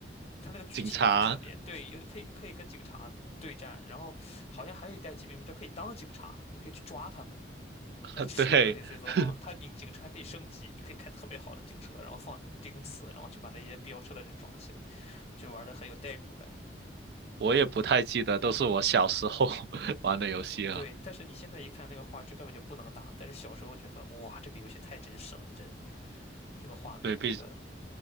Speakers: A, on the left; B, on the right.
A: 他那个剧情就特别对，
B: 警察，
A: 有可以可以跟警察对战，然后好像还有一代极品飞车可以当警察，你可以去抓他们。
B: <laughs>
A: 哎，是热力追踪吗？
B: 对，<laughs>
A: 他你警车还可以升级，你可以开特别好的警车，然后放钉刺，然后去把那些飙车的人抓起来，就玩的很有代入感。
B: 我也不太记得，都是我小时候 <laughs> 玩的游戏了。
A: 对，但是你现在一看那个画质根本就不能打，但是小时候觉得哇，这个游戏太真实了，这这个画面，
B: 对，毕
A: 这个